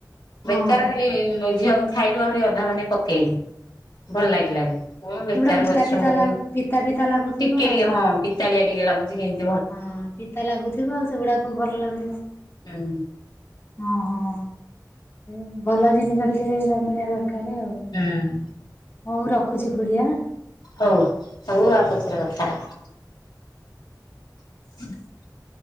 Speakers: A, on the left; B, on the left.
A: ହଁ।
B: ବେକାର ଖାଲି ଝିଅ ମୁଁ ଖାଇଲୁ ଆହୁରି ଅଧା ମାନେ ପକେଇଲୁ ଭଲ ଲାଗିଲାନି। ହଁ ବେକାର
A: ସେଗୁଡା ପିତା
B: ପରିଶ୍ରମ
A: ପିତା
B: କରିବି
A: ଲାଗୁ ପିତା ପିତା ଲାଗୁଥିବ
B: ଟିକେ
A: ଆଉ।
B: ଟିକେ ହଁ ପିତାଳିଆ ଟିକେ ଲାଗୁଚି କେମତି
A: ହଁ ପିତା ଲାଗୁଥିବ ସେଗୁଡାକ କୋଉ ଭଲ ଲାଗିବ।
B: ହୁଁ।
A: ଅହଁ ଭଲ ଜିନିଷ ଟିକିଏ ମିଳିବା ଦରକାର କାରେ ଆଉ
B: ହୁଁ।
A: ହୋଉ ରଖୁଚି ଖୁଡି ଆଁ
B: ହୋଉ ହୋଉ ଆଉ ପଛରେ କଥା ହବା <inaudible>